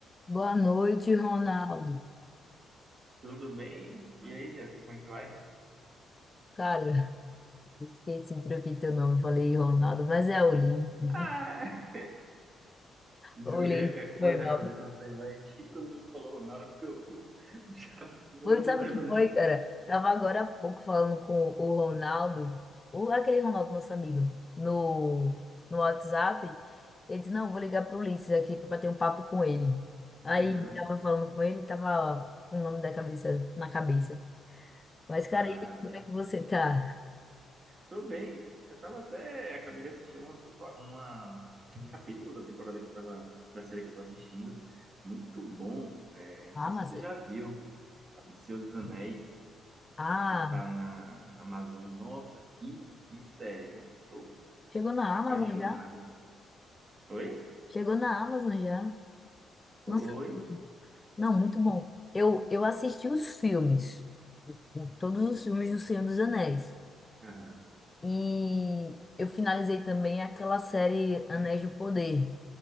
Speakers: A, on the left; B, on the right.
A: Boa noite, Ronaldo.
B: Tudo bem? E aí, Jéssica, como é que vai?
A: Cara, esqueci, troquei teu nome, falei Ronaldo, mas é Olímpio.
B: Ah, Diz-
A: Olímpio,
B: é, é,
A: foi
B: bora refazer
A: mal.
B: senão você vai <laughs> que quando tu falou Ronaldo, eu <laughs> eu vou
A: Foi,
B: mudar
A: sabe o que
B: meu
A: foi,
B: nome.
A: cara? Tava agora há pouco falando com o Ronaldo, o, aquele Ronaldo, nosso amigo, no, no WhatsApp. Ele disse, não, vou ligar pro Ulisses aqui pra bater um papo com ele. Aí,
B: Uhum.
A: tava falando com ele, tava com o nome da cabeça, na cabeça. Mas, cara,
B: Ah,
A: e aí, como é que você tá?
B: tô bem. Eu tava até. Acabei de assistir uma, tempo- uma- um capítulo da temporada que eu tava. Da série que eu tô assistindo. Muito bom. É, não
A: Amazon?
B: sei se você já viu. O Senhor dos Anéis,
A: Ah,
B: que tá na Amazon. Nossa, que, que série, viu? Tô
A: chegou na
B: apaixonado.
A: Amazon já?
B: Oi?
A: Chegou na Amazon já?
B: Foi.
A: Não sabia. Não, muito bom. Eu, eu assisti os filmes, o- todos os filmes do Senhor dos Anéis.
B: Aham.
A: E eu finalizei também aquela série Anéis do Poder.